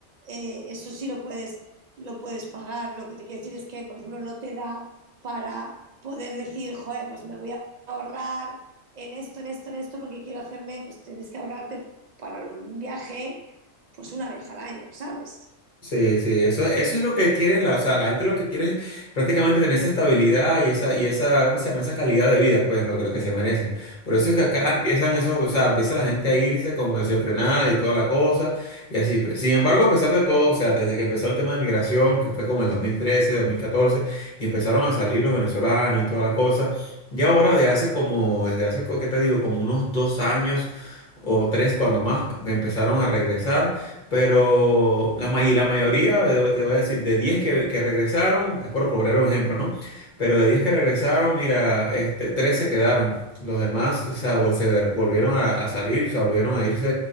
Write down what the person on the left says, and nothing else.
Sí, sí, eso, eso es lo que quieren la, o sea, la gente lo que quiere es prácticamente tener esa estabilidad y esa, y esa, ¿cómo se llama? Esa calidad de vida, pues, lo que, lo que se merecen. Por eso es que acá
empiezan esos, o sea, empieza la gente a irse como desenfrenada y toda la cosa, y así. pues. Sin embargo, a pesar de todo, o sea, desde que empezó el tema de migración, que fue como el dos dos mil trece, dos mil catorce y empezaron a salir los venezolanos y toda la cosa, y ahora de hace como, desde hace, co- ¿qué te digo? Como unos dos años o tres cuando más, empezaron a regresar. Pero la, ma- y la mayoría, eh, te voy a decir, de 10 que, que regresaron, es por poner un ejemplo, ¿no? Pero de 10 que regresaron, mira, este, 3 se quedaron. Los demás, o sea, vol- se de- volvieron a, a salir, o sea, volvieron a irse